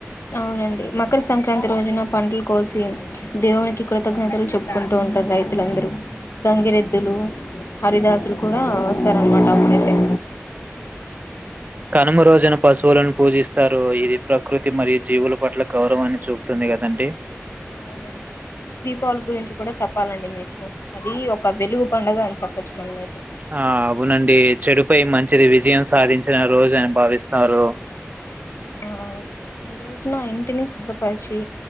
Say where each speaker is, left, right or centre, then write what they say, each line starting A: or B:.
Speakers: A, on the left (about 65°); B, on the right (about 35°).
A: అవునండి మకర సంక్రాంతి రోజున పండ్లు కోసీ దేవునికి కృతజ్ఞతలు చెప్పుకుంటూ ఉంటారు రైతులందరూ గంగిరెద్దులు హరిదాస్ ద్దులు కూడా వస్తారనమాట అప్పుడే అ
B: కనుమ రోజున పశువులను పూజిస్తారు ఇది ప్రకృతి మరియు జీవుల పట్ల గౌరవాన్ని చూపుతుంది కదండి
A: అవునండి దీపావళి గురించి కూడా చెప్ప్ దాం ప్పాలండి మీకు అది ఒక వెలుగు పండుగ అని చెప్పొచ్చు మనమైతే
B: ఆ అవునండి చెడుపై మంచిది విజయం సాధించిన రోజు అని భావిస్తారు
A: ఆ ఈ రోజున ఇంటిని శుభ్రపరిచి